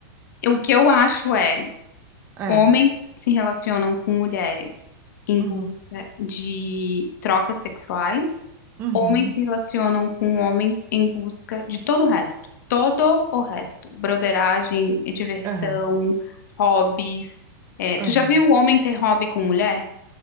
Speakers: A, on the left; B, on the right.
A: O que eu acho é,
B: É.
A: homens se relacionam com mulheres em
B: Uhum.
A: busca de trocas sexuais,
B: Uhum.
A: homens se relacionam com homens em busca de todo o resto, todo o resto, broderagem, diversão,
B: Aham.
A: hobbies. É,
B: Aham.
A: tu já viu o homem ter hobby com mulher?